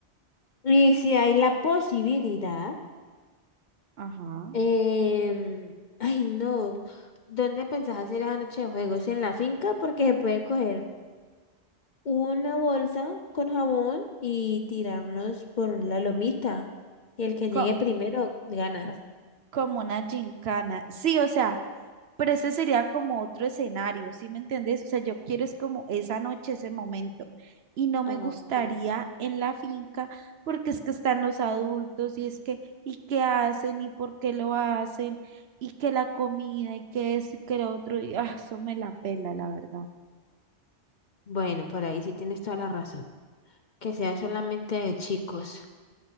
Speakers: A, on the left; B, on the right.
A: y si hay la posibilidad,
B: Ajá.
A: em, ay, no, ¿dónde pensás hacer esa noche de juegos? ¿En la finca? Porque se puede coger. una bolsa con jabón y tirarnos por la lomita. Y el que
B: Co-
A: llegue primero gana.
B: como una gincana. Sí, o sea, Pero ese sería como otro escenario, ¿sí me entendés? O sea, yo quiero es como esa noche, ese momento. Y no me
A: Ah,
B: gustaría
A: ok.
B: en la finca porque es que están los adultos y es que, ¿y qué hacen? ¿Y por qué lo hacen? ¿Y que la comida? ¿Y que esto? ¿Y que lo otro? Y ah, eso me la pela, la verdad.
A: Bueno, por ahí sí tienes toda la razón. Que sea solamente de chicos.